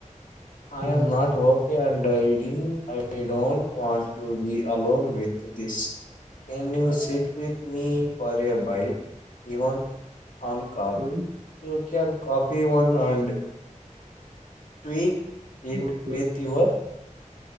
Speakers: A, on the left; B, on the right.
A: I
B: ಹಾ
A: ಆ not okay and hiding I don't want to be alone with this can you sit with me for a byte even on call
B: why
A: you can copy one and tweak ಇಂಡ
B: okay
A: with your